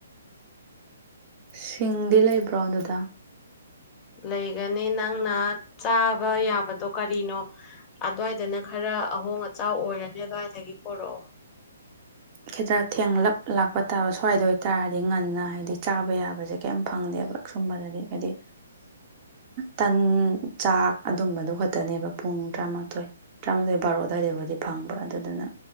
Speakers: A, on the right; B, on the left.
A: ꯁꯤꯡꯗꯤ ꯂꯩꯕ꯭ꯔꯣ ꯑꯗꯨꯗꯥ
B: ꯂꯩꯒꯅꯤ ꯅꯪꯅ ꯆꯥꯕ ꯌꯥꯕꯗꯣ ꯀꯔꯤꯅꯣ ꯑꯗꯨꯋꯥꯏꯗꯅ ꯈꯔ ꯑꯍꯣꯡ ꯑꯆꯥꯎ ꯑꯣꯏꯔꯅꯤ ꯑꯗꯨꯋꯥꯏꯗꯒꯤ ꯄꯔꯛꯑꯣ
A: ꯈꯤꯇ꯭ꯔ ꯊꯦꯡꯡꯂꯞ ꯂꯥꯛꯄ ꯇꯥꯕ ꯁ꯭ꯋꯥꯏꯗ ꯑꯣꯏꯇꯥꯔꯗꯤ ꯉꯟꯅ ꯍꯥꯏꯕꯗꯤ ꯆꯥꯕ ꯌꯥꯕꯁꯦ ꯀꯩꯝ ꯐꯪꯗꯦ ꯁꯨꯝꯕꯗꯗꯤ ꯍꯥꯏꯗꯤ ꯇꯟ ꯆꯥꯛ ꯑꯗꯨꯝꯕꯗꯨ ꯈꯣꯠꯇꯅꯦꯕ ꯄꯨꯡ ꯇꯔꯥꯃꯥꯊꯣꯏ ꯇꯔꯥꯃꯥꯊꯣꯏ ꯕꯥꯔꯣ ꯑꯗꯨꯋꯥꯏꯗꯕꯨꯗꯤ ꯐꯪꯕ ꯑꯗꯨꯗꯨꯅ